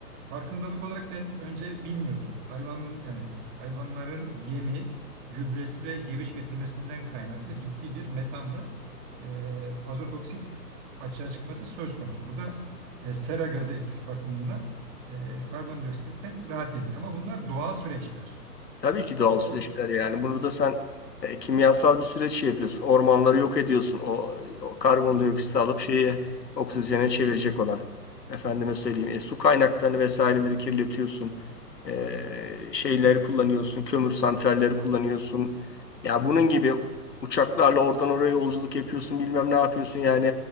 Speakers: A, on the right (about 25°); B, on the left (about 85°).
A: Farkındalık olarak ben önce bilmiyordum. Hayvan yani hayvanların yemi, gübresi ve geviş getirmesinden kaynaklı ciddi bir metan ve e, azot oksit açığa çıkması söz konusu. Bu da e, sera gazı etkisi bakımından e, karbondioksitten daha tehlikeli. Ama bunlar doğal süreçler.
B: Tabii ki doğal süreçler
A: Bu-
B: yani. Burada sen e, kimyasal bir süreç şey yapıyorsun. Ormanları yok ediyorsun. O, o karbondioksiti alıp şeyi oksijene çevirecek olan. Efendime söyleyeyim. e, su kaynaklarını vesaireleri kirletiyorsun. E, şeyleri kullanıyorsun. Kömür santralleri kullanıyorsun. Ya bunun gibi uçaklarla oradan oraya yolculuk yapıyorsun. Bilmem ne yapıyorsun yani.